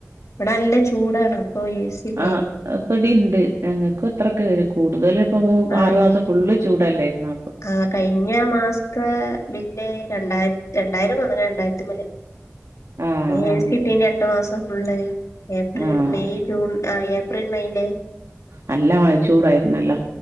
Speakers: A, on the left; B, on the right.
A: വ്ട നല്ല ചൂടാണ് അപ്പൊ ഏ സി ഇണ്ടായിനി
B: ആ പടിണ്ട് ഞങ്ങക്കു അത്രൊക്കെ വരും കൂടുതല് പ്പം
A: ആ
B: ആറു മാസം ഫുള്ള് ചൂടല്ലായിരുന്നൊ
A: ആ കഴിഞ്ഞ മാസത്തെ ബില്ല് രണ്ടായിരം രണ്ടായിരം വന്ന രണ്ടായിരത്തി മേല്
B: ആഹ് ആഹ്
A: ഏ സി ഇട്ടിന് രണ്ടു മാസം ഫുള്ള് ഏപ്രിൽ
B: ആഹ്
A: മെയ് ജൂൺ ആ ഏപ്രിൽ മെയ്യില്
B: നല്ല മഴ ചൂടായിരുന്നല്ലോ